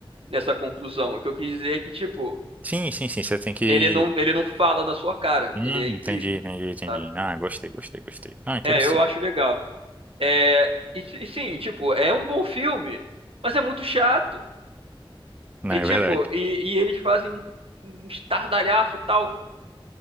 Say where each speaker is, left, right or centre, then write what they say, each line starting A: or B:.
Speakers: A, on the right; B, on the right.
A: nessa conclusão. O que eu quis dizer é que, tipo,
B: Sim, sim, sim. Você tem que.
A: ele não, ele não Uhum. fala na sua cara,
B: Hum,
A: ele é implícito.
B: entendi, entendi, entendi.
A: sabe?
B: Ah, gostei, gostei, gostei. Ah, interessante.
A: É, eu acho legal. É, e, e sim, tipo, é um bom filme, mas é muito chato.
B: Não,
A: E
B: é
A: tipo,
B: verdade.
A: e, e eles fazem um, um estardalhaço e tal.